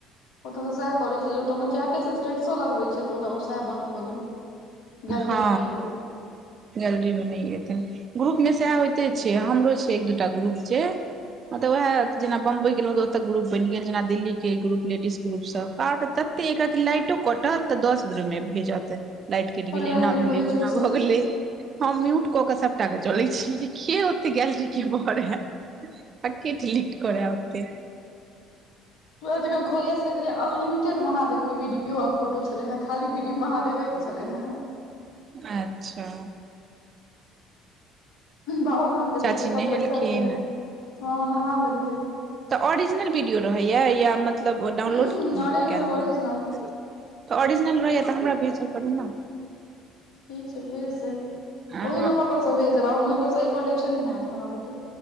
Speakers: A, on the left; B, on the right.
A: ओत तऽ सैह करै छै जे ओ तऽ अपन चेटे स्टेटसो लगबै छै, तऽ ओत ओ सैह बन्द कऽ देबै। गैलरी
B: ह
A: मे नहि एतै
B: गैलरी मे नै एतै। ग्रुप मे सैह होइते छै, हमरो छै एक दूटा ग्रुप जे। ह त वेएह जेना बम्बई गेलउ तऽ ओत ग्रुप बैन गेल, जेना दिल्ली के ग्रुप लेडीज ग्रुप सब आब तऽ। एकरति लाइटो कटत तऽ दस मिनट मे भेजते। कैट
A: पगला
B: गेलै, एना
A: गेल
B: भेलै,
A: रहै
B: ओना
A: छै ओ सब
B: भऽ गेलै। हम म्यूट कक सपटाके चलै छी, के ओते गैलरी के भरे। आके डिलीट करे ओते।
A: ओहे जखन खोललिए से देखलिये अनलिमिटेड महादेव के वीडियो आ फोटो छलेहे, खाली विडियो महादेवे के। छलैन हे।
B: अच्छा।
A: बाबा धाम के रहै
B: चाची
A: छै, कपलेश्वर
B: नहेलखिन
A: के ह नहा लेल कै।
B: तऽ ओरिजिनल वीडियो रहैएये या मतलब डाउनलोड
A: हूं ओरिजिनल
B: केल बला।
A: ओरिजिनल
B: तऽ ओरिजनल रहैये त हमरा भेजल करू न।
A: ठीक छै भेज देब,
B: हँ
A: ओहि नम्बर पर सँ भेज देब आब, हम ओय पर सँ ऐय पर लेब से नै हैत हमरा बुते।